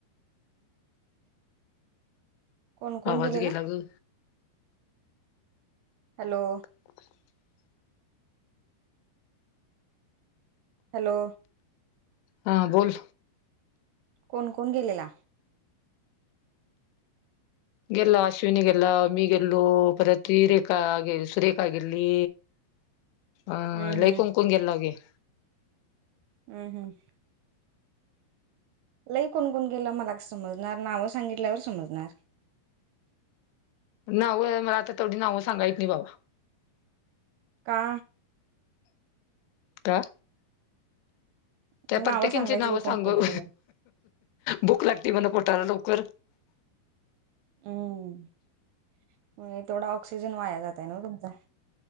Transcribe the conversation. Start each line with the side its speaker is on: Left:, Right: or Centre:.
Right: कोण कोण
Left: आवाज
Right: गेलेला
Left: गेला ग
Right: हॅलो
Left: <inaudible>
Right: हॅलो
Left: हा बोल
Right: कोण कोण गेलेला
Left: गेल्लो अश्विनी गेल्लो मी गेल्लो परत ती रेखा गे सुरेखा गेली
Right: <inaudible>
Left: अं
Right: हम्म
Left: लई कुंकू न गेल लगे.
Right: हम्म हम्म. लई कुण कुण गेलं मला समजणार? नावं सांगितल्यावर समजणार.
Left: नाव मला आता तेवढी नावं सांगाया येत नाही बाबा.
Right: का?
Left: का? त्या
Right: मग नावं
Left: प्रत्येकीची
Right: सांगायची
Left: नाव
Right: की कोण
Left: सांगू?
Right: कोण गेले
Left: भुक लागती म्हणा पोटाला लवकर
Right: हम्म म तेवढा ऑक्सिजन वाया जातंय ना व तुमचा.